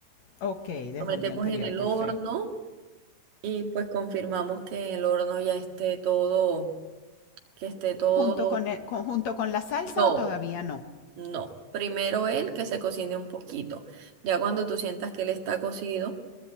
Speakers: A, on the left; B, on the right.
A: ok, desde
B: Lo metemos
A: el día anterior,
B: en el
A: perfecto.
B: horno y pues confirmamos que en el horno ya esté todo, que esté todo.
A: ¿Junto con, el- con- junto con la salsa
B: No,
A: o todavía no?
B: no. Primero él que se cocine un poquito. Ya cuando tú sientas que él está cocido.